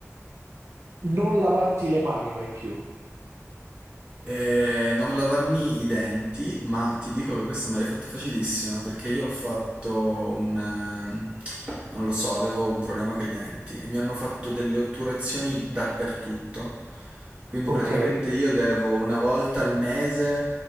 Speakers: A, on the right; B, on the right.
A: non lavarti le mani mai più.
B: Eh, non lavarmi i denti, ma ti dico che questa me l'hai fatta facilissima perché io ho fatto un... eh, non lo so, avevo un problema con i denti e mi hanno fatto delle otturazioni dappertutto. Quindi
A: Ok,
B: praticamente io devo una volta al mese